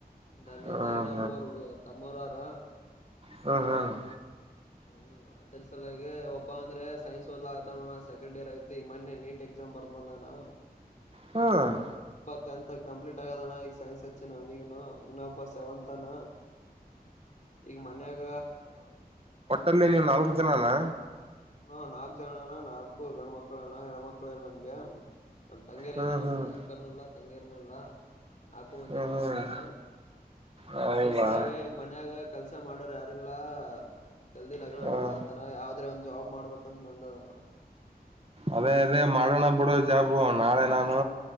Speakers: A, on the left; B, on the right.
A: ನನ್ನಿಂದ
B: ಹ
A: ಇನ್ನ ಮೂವರು ಹುಡು ತಮ್ಮರಾರ
B: ಹ್ಮ್ ಹ್ಮ್
A: ಹ್ಮ್ ಅದ್ರ ಸಲಗೆ ಒಬ್ಬ ಅಂದ್ರೆ ಸೈನ್ಸ್ ಓದಲ ಆತ ಸೆಕಂಡ್ ಇಯರ್ ಐತಿ ಮೊನ್ನೇ ನೀಟ್ ಎಕ್ಸಾಮ್ ಬರ್ದ ಬಂದಾನ
B: ಹ್ಮ್
A: ಟೆತ್ ಕಂಪ್ಲೀಟ್ ಆಗದಣ ಈಗ ಸೈನ್ಸ್ ಹಚ್ಚಿ ನ್ಗನು ಇನ್ನೊಬ್ಬ ಸೆವೆಂತ್ ತಾನ ಈಗ ಮನ್ಯಾಗ
B: ಅಲ್ಲಿ ನೀವು ನಾಲ್ಕು ಜನನಾ
A: ಹಾ ನಾಕ್ ಜನ ಅಣ್ಣ ನಾಕು ಗಂಡ ಮಕ್ಳು ಅಣ್ಣ ಹೆಣ್ಮಕ್ಳು ಇಲ್ ನಮ್ಗೆ ನಮ್ ತಂಗ್ಯರ್
B: ಹ್ಮ್
A: ಇಲ್ಲ ನಮ್ಗೆ
B: ಹ್ಮ್
A: ಅಕ್ಕರ್ನು ಇಲ್ಲ ತಂಗಿಯರ್ನು ಇಲ್ಲಾ ನಾಕು ಮಂದಿ
B: ಹ್ಮ್
A: ನಾವೇ
B: ಹ್ಮ್
A: ಇದ್ದೀವಿ.
B: ಹೌದಾ
A: ಅದ್ರ ಸಲವಾಗಿ ಈಗ ಮನ್ಯಾಗ ಕೆಲ್ಸ ಮಾಡೋರ್ ಯಾರುಲ್ಲ ಜಲ್ದಿ ಲಗ್ನ
B: ಹ
A: ಮಾಡ್ಲಾ ಆತರ ಯಾವ್ದ್ರೆ ಒಂದ್ ಜಾಬ್ ಮಾಡ್ಬೇಕಂತ ನಂದದಣ
B: ಅದೇ ಅದೇ ಮಾಡೋಣ ಬಿಡೋ ಜಾಬು ನಾಳೆ ನಾನು